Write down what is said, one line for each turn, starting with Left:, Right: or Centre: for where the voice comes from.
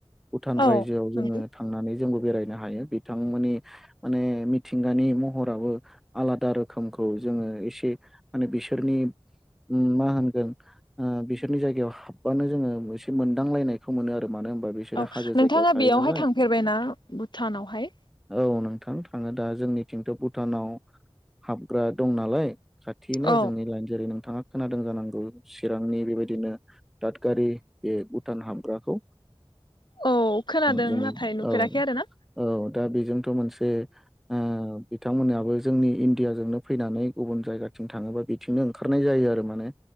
Centre: भुटान रायजोआव
Left: औ
Centre: जोङो
Left: नंगौ
Centre: थांनानै जोंबो बेरायनो हायो बिथांमोननि माने मिथिंगानि महराबो आलादा रोखोमखौ जोङो एसे माने बिसोरनि मा होनगोन ओ बिसोरनि जायगायाव हाबबानो जोङो एसे मोनदांलायनायखौ मोनो आरो मानो होनबा बिसोरो
Left: औ
Centre: हाजो
Left: नोंथाङा
Centre: जायगायाव थायो
Left: बेयावहाय
Centre: नालाय
Left: थांफेरबायना भुटानावहाय?
Centre: औ नोंथां थाङो दा जोंनिथिंथ' भुटानाव हाबग्रा दं नालाय। खाथिनो
Left: औ
Centre: जोंनि लाइन जेरै नोंथाङा खोनादों जानांगौ। चिरांनि बेबायदिनो दादगारि बे भुटान हाबग्राखौ।
Left: औ खोनादों
Centre: ज
Left: नाथाय नुफेराखै
Centre: औ
Left: आरो ना
Centre: औ दा बेजोंथ' मोन से ओ बिथांमोनहाबो जोंनि इण्डियाजोंनो फैनानै गुबुन जायगाथिं थाङोबा बिथिंनो ओंखारनाय जायो आरो माने।